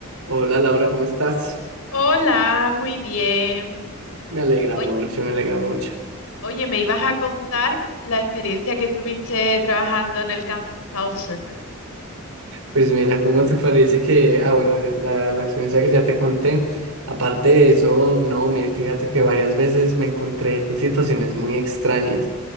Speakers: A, on the right; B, on the left.
A: Hola Laura, ¿cómo estás?
B: Hola, muy bien.
A: Me alegra
B: Oy-
A: mucho, me alegra mucho.
B: Oye, me ibas a contar la experiencia que tuviste trabajando en el can- call center.
A: Pues mira, ¿cómo te parece que, ah, bueno, la, la experiencia que ya te conté, aparte de eso, no, mire, fíjate que varias veces me encontré con situaciones muy extrañas.